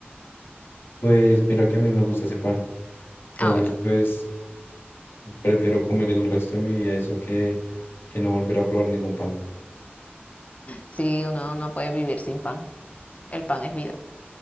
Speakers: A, on the left (about 70°); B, on the left (about 35°).
A: Pues mira que a mí me gusta ese pan. Entonces,
B: Ah, bueno,
A: pues prefiero comer el resto de mi vida eso que, que no volver a probar ningún pan.
B: sí, uno no puede vivir sin pan. El pan es vida.